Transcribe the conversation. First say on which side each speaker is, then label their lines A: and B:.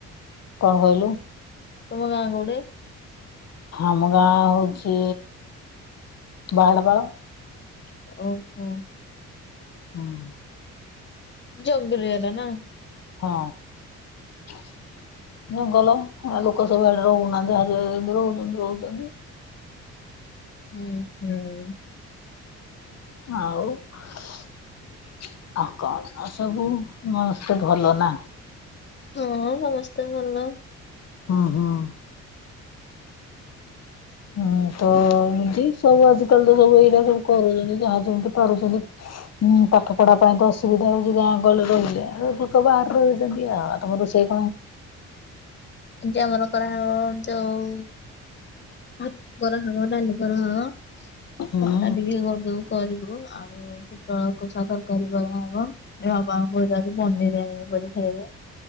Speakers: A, on the left (about 55°); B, on the left (about 35°).
A: କଣ କହିଲୁ ।
B: ତମ ଗାଁ କୋଉଠେ
A: ଆମ ଗାଁ ହଉଚି ବାହାଡ ପାଳ ।
B: ଓହୋ ।
A: ହଁ ।
B: ଜଙ୍ଗଲିଆ ଟା ନା।
A: ହଁ । ଜଙ୍ଗଲ ଲୋକ ସବୁ ଆଡେ ରହୁ ନାହାନ୍ତି ଆଉ ଯିଏ ଯେମତି ରହୁଛନ୍ତି ରହିଛନ୍ତି।
B: ହୁଁ ହୁଁ ।
A: ଆଉ । ଆଉ କଣ ସବୁ ସମସ୍ତେ ଭଲ ନା ।
B: ହଁ ସମସ୍ତେ ଭଲ ।
A: ହଁ ହଁ । ଉଁ । ତ ଇଁତି ସବୁ ଆଜିକାଲି ତ ସବୁ ଏଇରା ସବୁ କରୁଛନ୍ତି ଯାହା ଯେମିତି ପାରୁଛନ୍ତି। ପାଠ ପଢା ପାଇଁ ତ ଅସୁବିଧା ହଉଛି ଗାଁ ଗହଳି ରେ ରହିଲେ ଲୋକ ବାହା ରେ ରହୁଛନ୍ତି ଆଉ ତମ ରୋଷେଇ ।
B: ଆଜି ଆମର କରା ହବ ଯୋଉ । ଭାତ କରା ହବ ଡାଲି କରା ହବ
A: ହୁଁ
B: ଖଟା ଟିକେ କରିଦବୁ କରିବୁ ଆଉ । ଓ ଫୁଟଳ ଆଳୁ କଷା ତରକାରୀ କରାହବ ଯେ ବାପା ଙ୍କୁ କହି ଚି ଆଜୀ ପନିରି ଆ ଣିବେ କରିକି ଖାଇବୁ ।